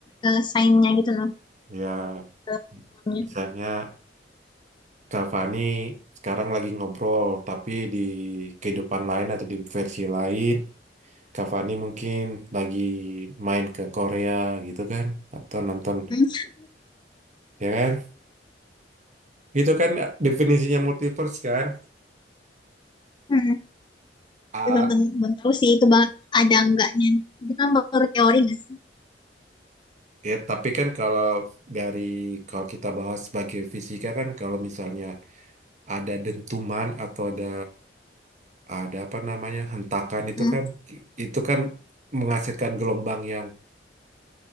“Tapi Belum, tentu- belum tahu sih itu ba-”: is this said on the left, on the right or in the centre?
Left